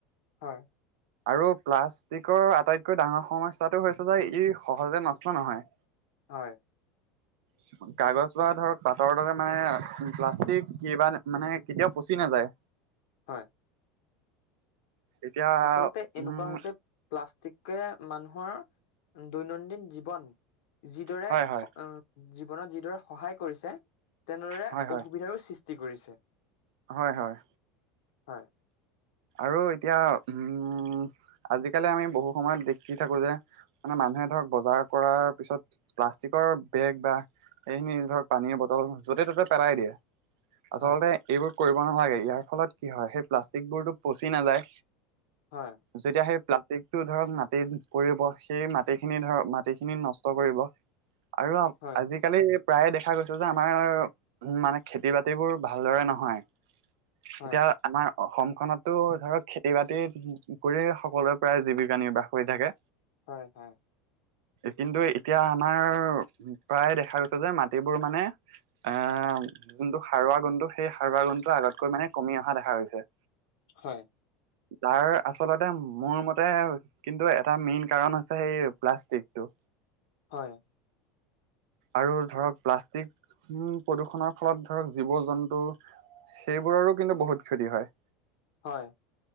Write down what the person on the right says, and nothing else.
আৰু প্লাষ্টিকৰ আটাইতকৈ ডাঙৰ সমস্যাটো হৈছে যে ই সহজে নষ্ট নহয়।
<inaudible> কাগজ বা ধৰক পাতৰ দৰে মানে প্লাষ্টিক কিবা মানে কেতিয়াও পচি নাযায়।
এতিয়া
উম
হয় হয়
হয় হয়
হয় হয়।
আৰু এতিয়া উম আজিকালি আমি বহু সময়ত দেখি থাকো যে, মানে মা মানুহে ধৰক বজাৰ কৰাৰ পিছত প্লাষ্টিকৰ বেগ বা সেইখিনি ধৰক পানীৰ বটল যতে ত'তে পেলায় দিয়ে। আচলতে
এইবোৰ কৰিব নালাগে, ইয়াৰ ফলত কি হয় সেই প্লাষ্টিক বোৰতো পচি নাযায়।
যেতিয়া সেই প্লা ষ্টিকটো ধৰক মাটিত পৰিব, সেই মাটিখিনি ধৰক মাটিখিনি নষ্ট কৰিব। আৰু
আজিকালি প্ৰায়ে দেখা গৈছে যে আমাৰ মানে খেতি বাতিবোৰ ভালদৰে নহয়।
এতিয়া আমাৰ অসমখনত টো ধৰক খেতি বাতি কৰি সকলোৱোৰে প্ৰায় জীৱিকা নিৰ্বাহ কৰি থাকে।
কিন্তু এতিয়া আমাৰ প্ৰায় দেখা গৈছে যে মাটিবোৰ মানে আহ যোনটো সাৰুৱা গুণটো সেই সাৰুৱা গুণটো আগতকৈ মানে কমি অহা দেখা গৈছে।
তাৰ আচলতে মোৰ মতে কিন্তু এটা মেইন কাৰণ হৈছে সেই প্লাষ্টিকটো।
আৰু ধৰক প্লাষ্টিক প্ৰদূষণৰ ফলত ধৰক জীৱ জন্তু সেইবোৰৰো কিন্তু বহুত ক্ষতি হয়।